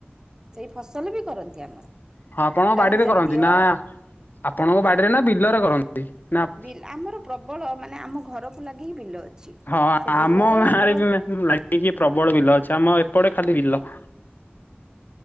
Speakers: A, on the right (about 15°); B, on the left (about 50°).
A: ସେଇ ଫସଲ ବି କରନ୍ତି ଆମର।
B: ହଁ, ଆପଣଙ୍କ
A: ଡାଲି
B: ବାଡିରେ
A: ଜାତୀୟ
B: କରନ୍ତି, ନା
A: ଆଜ୍ଞା।
B: ଆପଣଙ୍କ ବାଡିରେ ନା ବିଲରେ କରନ୍ତି? ନା
A: ବି ଆମର ପ୍ରବଳ ମାନେ, ଆମ ଘରକୁ ଲାଗିକି ବିଲ ଅଛି।
B: ହଁ
A: ସେ
B: ଆମ
A: ବିଲରେ
B: ଗାଁରେ
A: ଆମର
B: ବି ଲାଗିକି ପ୍ରବଳ ବିଲ ଅଛି, ଆମ ଏପଟେ ଖାଲି ବିଲ।